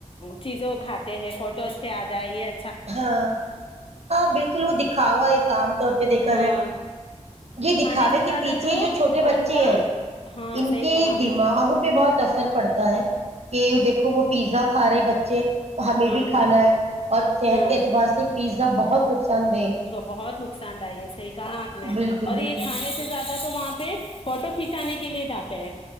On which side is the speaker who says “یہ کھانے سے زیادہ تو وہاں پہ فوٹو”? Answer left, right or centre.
Left